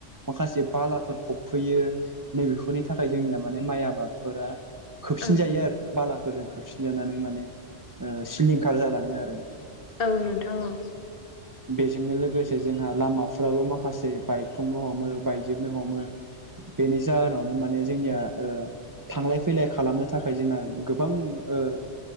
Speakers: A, on the right (about 30°); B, on the left (about 55°).
A: माखासे बालाफोर फबफैयो नैबेफोरनि थाखाय जोंनिया माने माइ आबाद फोरा खोबसिन
B: ओं
A: जायो आरो। बालाफोरजों खोबसिनजानानै माने ओ सिलिंखार जालाङो आरो।
B: औ नोंथां औ।
A: बेजोंनो लोगोसे जोंहा लामाफ्राबो माखासे बायफुंनो हमो बाइक जोबनो हमो बेनि जाहोनावनो माने जोंनिया ओ थांलाय फैलाय खालामनो थाखाय जोंना गोबां ओ